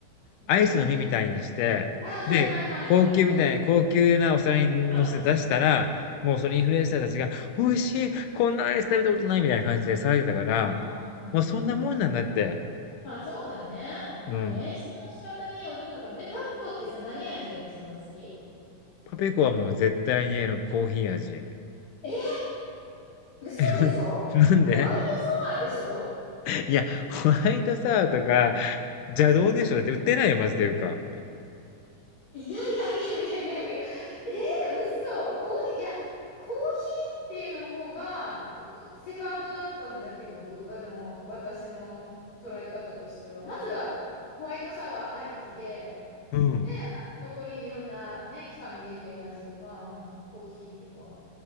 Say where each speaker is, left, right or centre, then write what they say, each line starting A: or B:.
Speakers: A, on the left; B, on the left.
A: うんうんうん。
B: アイスの実みたいにして、
A: あ、はいはいはいはい。
B: で、高級みたい、
A: うん。
B: 高級なお皿に乗せて出したら、
A: パンを出すんだ。
B: もうそのインフルエンサーたちが、
A: うん
B: 美味しい、こんなアイス食べたことないみたいな感じで騒いでたから、
A: ああ、もう、
B: もうそんなもんなんだって。
A: もうこまあそうだね。うん。
B: うん。
A: 演出の仕方によるのかね。パピコってさ、何味が一番好き
B: パピコはもう絶対にあのコーヒー味。
A: え、嘘でしょホワイトソワーでしょ
B: <laughs> なんでいや、ホワイトサワーとか邪道でしょだって売ってないよ、マジでいうか。
A: いやいやいやいやいやいや、えー、嘘、コーヒー、いや、コーヒーっていうの方が、うセカンドだったんだけど、うあの、私の捉え方としては。まずは、ホワイトサワーありきで、
B: うん。
A: で、あと残りいろんなね、期間限定の味とか、まあ、コーヒーとか、